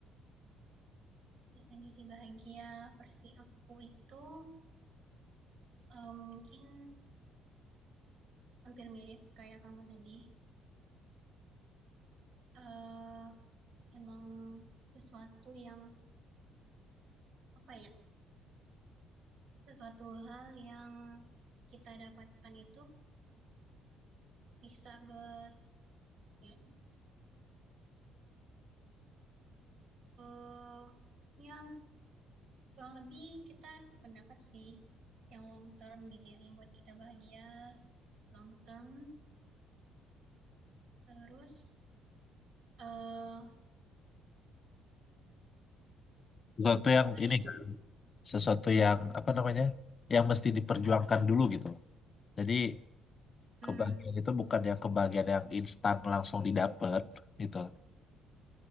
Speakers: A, on the right; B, on the left.
A: Definisi bahagia versi aku itu eh, mungkin hampir mirip kayak kamu tadi. eh emang sesuatu yang apa ya? Sesuatu hal yang kita dapatkan itu bisa ber ya, eh yang kurang lebih kita sependapat sih yang long term gitu ya yang buat kita bahagia long term terus eh
B: sesuatu yang
A: gimana
B: ini
A: ya
B: nggak? sesuatu yang apa namanya yang mesti diperjuangkan dulu gitu loh jadi
A: <laughs> hmm,
B: kebahagiaan itu bukan yang kebahagiaan yang instan langsung didapat gitu